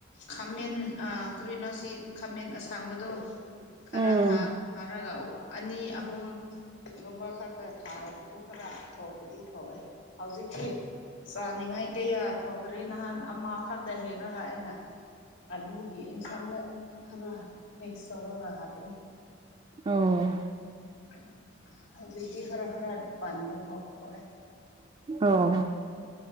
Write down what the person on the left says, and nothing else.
ꯈꯥꯃꯦꯟ ꯑꯥ ꯀ꯭ꯔꯤꯅꯣꯁꯤ ꯈꯥꯃꯦꯟ ꯑꯁꯥꯡꯕꯗꯣ ꯈꯔ
ꯊꯥ ꯊꯥꯔꯒ ꯑꯅꯤ ꯑꯍꯨꯝ ꯌꯣꯟꯕ ꯈꯛꯇ ꯈꯔ ꯊꯥꯔꯔꯕꯁꯨ ꯈꯔ ꯊꯣꯛꯄꯗꯤ ꯊꯣꯛꯑꯦ ꯍꯧꯖꯤꯛꯇꯤ ꯆꯥꯅꯤꯡꯉꯥꯏ ꯀꯩꯌꯥ ꯊꯣꯛꯊ꯭ꯔꯤ ꯅꯍꯥꯟ ꯑꯃ ꯈꯛꯇ ꯍꯦꯛꯂꯒ ꯑꯩꯅ ꯑꯂꯨꯒꯤ ꯏꯟꯁꯥꯡꯗ ꯈꯔ ꯃꯤꯛꯁ ꯇꯧꯔꯒ ꯍꯥꯥꯞꯄꯦ
ꯑꯗꯣ ꯍꯧꯖꯤꯛꯇꯤ ꯈꯔ ꯈꯔ ꯄꯥꯟꯕ ꯊꯣꯛꯑꯦ